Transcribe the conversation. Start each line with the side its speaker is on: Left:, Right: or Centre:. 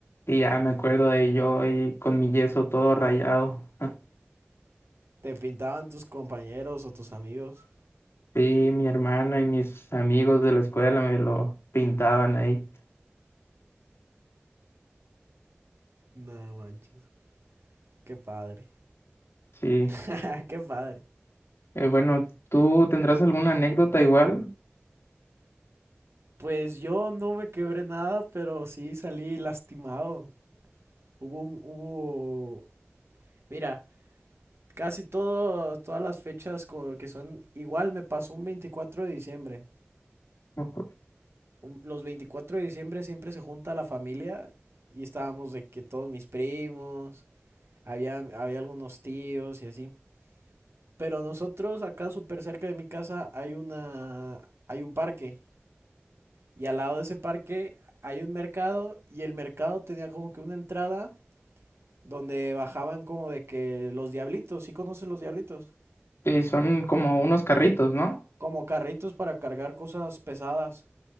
Left: y ya me acuerdo de yo ahí con mi yeso todo rayado. <laughs>
Right: Te pintaban tus compañeros o tus amigos.
Left: Sí, mi hermana y mis amigos de la escuela me lo pintaban ahí.
Right: No manches. Qué padre.
Left: Sí.
Right: <laughs> Qué padre.
Left: Eh, bueno, ¿tú tendrás alguna anécdota igual?
Right: Pues yo no me quebré nada, pero sí salí lastimado. Hubo un, hubo, mira, casi todo, todas las fechas co- que son igual me pasó un 24 de diciembre.
Left: Ujú.
Right: Un- los 24 de diciembre siempre se junta la familia y estábamos de que todos mis primos, había, había algunos tíos y así. Pero nosotros acá súper cerca de mi casa hay una, hay un parque y al lado de ese parque hay un mercado y el mercado tenía como que una entrada donde bajaban como de que los diablitos, ¿sí conoces los diablitos?
Left: Sí, son como unos carritos, ¿no?
Right: Como carritos para cargar cosas pesadas.